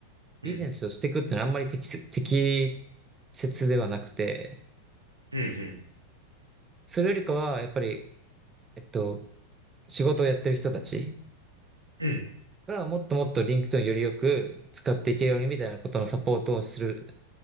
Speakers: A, on the right (about 85°); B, on the right (about 20°).
A: うん。
B: ビジネスをしていくってのはあんまり適切、適切ではなくて、
A: うん。うん。
B: それよりかは、やっぱり、えっと、仕事をやってる人たち
A: うん
B: がもっともっとリンクト i よりよく使っていけるようにみたいなことのサポートをする